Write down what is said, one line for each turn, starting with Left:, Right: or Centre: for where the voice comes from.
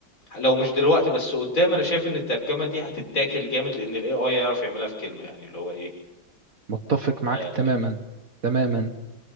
Left: لو مش دلوقتي بس قدّام أنا شايف إن الترجمة دي هتتاكل جامد لإن الAI هيعرف يعملها في كلمة، يعني اللي هو إيه،
Right: متفق
Left: آآ،
Right: معاك تماما تماما